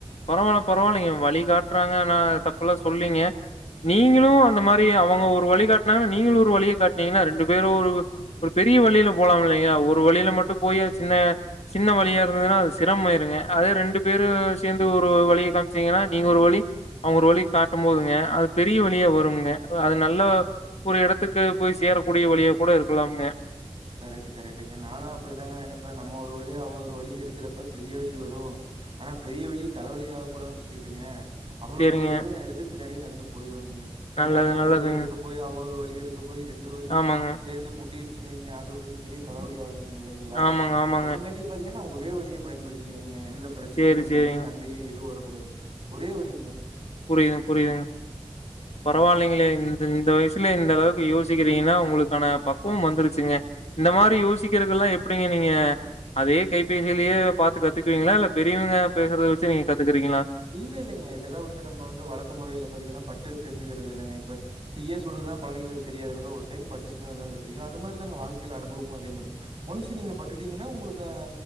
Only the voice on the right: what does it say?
கரெக்ட் கரெக்டுங்க நானு அப்டித்தாங்க நெனைப்பே நம்ம ஒரு வழி அவ ஒரு வழி எடுக்கிறப்ப பெரிய வழி வரு ஆனா பெரிய வழி தல வலி ஆக கூடாதுன்னனு சொல்லிட்டுங்க அவளோட
வலியவே நா எடுத்து பி ன்னாடியே நடந்து போயி ஒண்ணுங்க ஏன்னா
நம்ம ஒரு
வழி எடுக்க போய் அவ ஒரு வழி லிஎடுக்கப் போய் ரெண்டு வழியு
சேந்து முட் முட்டிரூச்சூன்னு வைங்க அ இது ஒரு பெரிய தலவழியாகு ம் இல்லைங்களா
அதுங்காட்டி பாத்தீங்கன்னா ஒரு வேவலிய பயன்படுத்திக்கனு அ எந்த பிரச்சனையு
எந்த சண்டையு இரு து வரக்கூடாது ஒரே வழிங்க
இல்ல இல்லைங்க இதெல்லா வந்து நம்ம வந்து வழக்கு முறையில பாத்தீங்கன்னா பட்டு தெரிஞ்சுக்கிறதுதனங்க இப்ப தீயே சுடறதுன்னா கொழந்தைகளுக்கு தெரியதுனங்க ஒரு டைம் பட்டுச்சுனாதாங்க தெரியு அது மாதிரிதாங்க வாழ்க்கையையில அனுபவு அதே மாரி ஒன்ஸ் நீங்க பட்டுட்டீங்கன்னா உங்களுக்கு